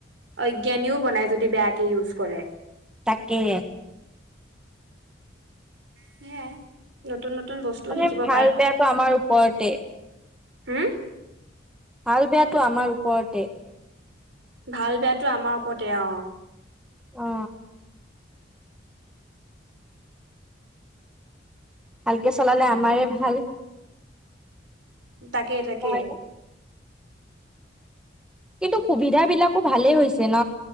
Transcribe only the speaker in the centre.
তাকে
মানে
ভাল
বেয়াটো আমাৰ ওপৰতে।
ভাল বেয়াটো আমাৰ ওপৰতে।
অ ভালকে চলালে আমাৰে ভাল।
নহয় নে কিন্তু সুবিধা বিলাক আকৌ ভালেই হৈছে ন।